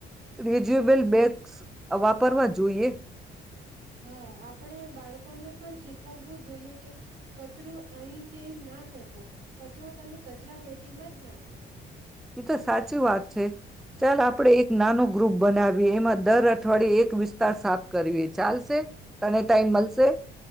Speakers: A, in the centre; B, on the right.
A: રિજ્યુબલ બેગ્સ વાપરવા જોઈએ.
B: હા આપણેે બાળકોને પણ શીખવવું જોઈએ કે કચરો અહી તૈ ના ફેંકો કચરો તમે કચરા પેટીમાં જ નાખો.
A: એ તો સાચી વાત છે. ચાલ આપડે એક નાનું ગ્રુપ બનાવીએ એમાં દર અઠવાડિયે એક વિસ્તાર સાફ કરીએ ચાલશે? તને ટાઈમ મલસે?